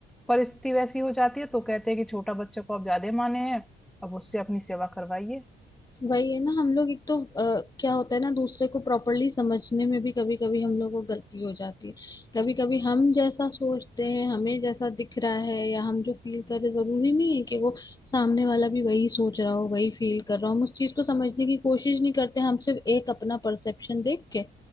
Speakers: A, in the centre; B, on the left (about 20°).
A: परिस्थिति वैसी हो जाती है, तो कहते हैं कि छोटा बच्चे को आप ज़्यादा माने हैं, अब उससे अपनी सेवा करवाइए।
B: वही है ना हम लोग एक तो आ, क्या होता है ना दूसरे को प्रॉपरली समझने में भी कभी कभी हम लोग को गलती हो जाती है कभी कभी हम जैसा सोचते हैं हमें जैसा दिख रहा है या हम जो फील कर रहे जरूरी नहीं है कि वो सामने वाला भी वही सोच रहा हो वही फील कर रहा हो हम उस चीज को समझने की कोशिश नहीं करते हम सिर्फ एक अपना परसेप्शन देख के